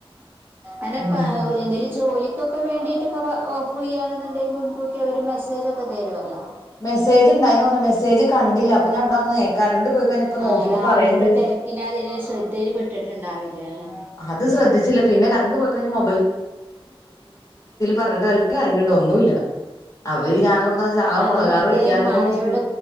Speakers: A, on the right; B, on the left.
A: അനെപ്പ
B: ഉം
A: എന്തേലും ജോലിക്കൊ ക്കെ വേണ്ടിയിട്ടൊക്കെ ഓഫ് ചെയ്യാണെന്നുണ്ടെങ്കിൽ മുൻകൂട്ടി അവർ മെസ്സേജൊക്കെ തരുവല്ലോ
B: മെസ്സേജ്ണ്ടായിന്ന് തോന്ന മെസേജ് കണ്ടില്ല അപ്പ ഞാൻ ഇവിട വന്നേ കരണ്ട് പോയി കഴിഞ്ഞപ്പോ നോക്കിയപ്പോ
A: ആഹ് രാവിലത്തെ
B: പറയണ്ട്
A: തെരക്കിൽ അതിനെ ശ്രദ്ധയിൽ പെട്ടിട്ടുണ്ടാവില്ല. അല്ലെ
B: അത് ശ്രദ്ധിച്ചില്ല പിന്നെ കറണ്ട് പോയ യി കഴിഞ്ഞ് മൊ പറഞ്ഞിട്ട് വല്ല കാര്യമുണ്ടോ ഒന്നുമില്ല അവര് ഞാനോർത്ത ചാള മുളകാറ്
A: അത് <unintelligible>
B: വെക്കാലോന്ന്
A: മഴയോട്
B: വെച്ചിട്ട്